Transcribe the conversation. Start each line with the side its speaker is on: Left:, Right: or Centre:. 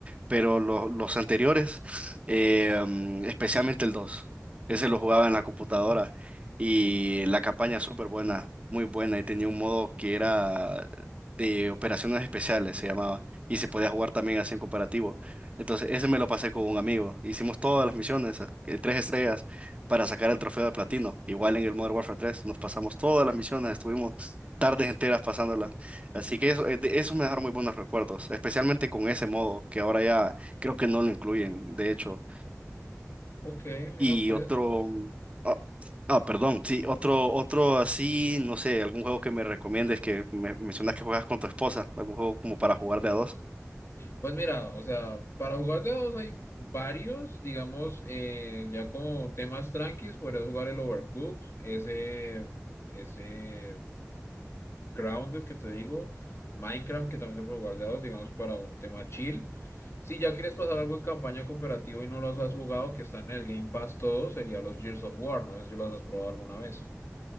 Right: pero lo- los anteriores, eh, mm, especialmente el dos ese lo jugaba en la computadora y la campaña súper buena, muy buena y tenía un modo que era de operaciones especiales, se llamaba, y se podía jugar también así en cooperativo. Entonces, ese me lo pasé con un amigo. Hicimos todas las misiones, eh, tres estrellas, para sacar el trofeo de platino. Igual en el Modern Warfare tres nos pasamos todas las misiones, estuvimos tardes enteras pasándolas. Así que eso, eh, de- eso me dejaron muy buenos recuerdos, especialmente con ese modo, que ahora ya creo que no lo incluyen, de hecho.
Left: Ok, mira
Right: Y
Left: pues.
Right: otro, mm, ah, ah, perdón, sí, otro, otro así, no sé, algún juego que me recomiendes que me mencionas que juegas con tu esposa, algún juego como para jugar de a dos.
Left: Pues mira, o sea, para jugar de a dos hay varios, digamos, eh, ya como temas tranquis, podrías jugar el Overcooked, ese, ese Grounded que te digo, Minecraft que también se puede jugar de a dos, digamos, para un tema chill. Si ya quieres pasar algo en campaña cooperativa y no los has jugado, que están en el Game Pass todos, sería los Gears of War, no sé si los has probado alguna vez.